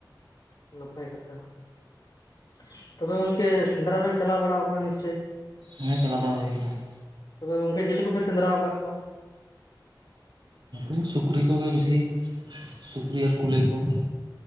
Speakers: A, on the left (about 60°); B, on the right (about 70°).
A: ᱾ ᱱᱟᱯᱟᱭ ᱠᱟᱛᱷᱟ ᱾ ᱛᱚᱵᱮ ᱜᱚᱝᱠᱮ ᱥᱮᱸᱫᱽᱨᱟ ᱵᱮᱱ ᱪᱟᱞᱟᱣ ᱵᱟᱲᱟᱣ ᱠᱟᱱᱟ ᱱᱤᱥᱪᱚᱭ?
B: ᱦᱮ ᱪᱟᱞᱟᱣ ᱵᱟᱲᱟ ᱦᱳᱭ ᱟᱠᱟᱱᱟ ᱾
A: ᱛᱚᱵᱮ ᱜᱚᱝᱠᱮ ᱪᱤᱞᱤ ᱠᱚᱯᱮ ᱥᱮᱸᱫᱽᱨᱟ ᱣᱟᱠᱟᱫ ᱠᱚᱣᱟ?
B: ᱩᱱᱠᱩ ᱥᱩᱠᱨᱤ ᱠᱚᱜᱮ ᱵᱤᱥᱤ ᱥᱩᱠᱨᱤ ᱟᱨ ᱠᱩᱞᱟᱹᱭ ᱠᱚ ᱾